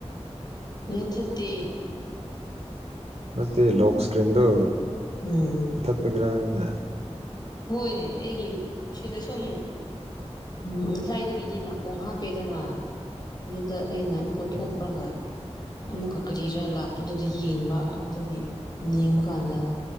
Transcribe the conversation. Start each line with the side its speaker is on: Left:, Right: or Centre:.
Left: ꯃꯨꯊꯠꯇꯦ
Right: ꯅꯠꯇꯦ ꯂꯣꯛ ꯁꯀ꯭ꯔꯤꯟꯗꯨ
Left: ꯎꯝ
Right: ꯃꯨꯊꯠꯞꯒꯤꯔꯥ ꯍꯥꯏꯕꯅꯦ
Left: ꯍꯣꯏꯅꯦ ꯑꯩꯒꯤ ꯁꯤꯗ ꯁꯨꯝ ꯎꯝ ꯉꯁꯥꯏꯗꯒꯤꯗꯤ ꯅꯥꯀꯣꯡ ꯍꯥꯞꯄꯦꯗꯅ ꯑꯗꯨꯗ ꯑꯩꯅ ꯂꯧꯊꯣꯛꯑꯒ
Right: ꯎꯝ
Left: ꯑꯃꯨꯛꯀ ꯀꯔꯤꯔꯥ ꯂꯥꯛꯄꯗꯨꯗ ꯌꯦꯡꯕ ꯑꯗꯨꯒꯤ ꯌꯦꯡꯕ ꯀꯥꯟꯗ